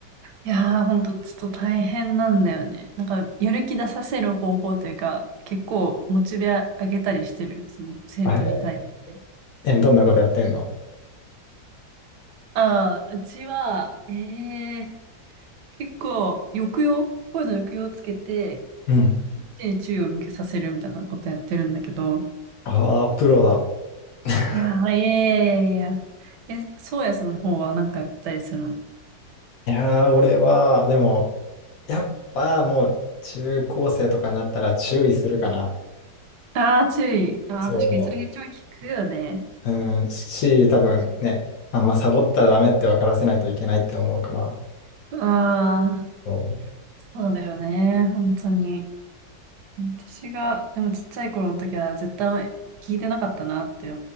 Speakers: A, on the right; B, on the left.
A: いやー、ほんと、ちょっと大変なんだよね。なんか、やる気出させる方法というか、結構、モチベ上げたりしてる、その、生徒に対して。
B: あええどんなことやってんの
A: ああ、うちは、ええ結構、抑揚、声の抑揚をつけて、
B: うん。
A: 一日に注意を向けさせるみたいなことやってるんだけど、
B: ああ、プロだ。<laughs>
A: いやー、いやいやいやいや。え、そうやさんの方はなんかやったりするの
B: いやー、俺は、でも、やっぱもう中高生とかになったら注意するかな。
A: ああー、注意。ああ、
B: そ
A: 確かにそれが一番効くよね。
B: う。うん、し、多分ね、あんまサボったらダメって分からせないといけないって思うから。
A: ああ、
B: そ
A: そうだよね。本当に。私が、でもちっちゃい頃の時は絶対聞いてなかったなって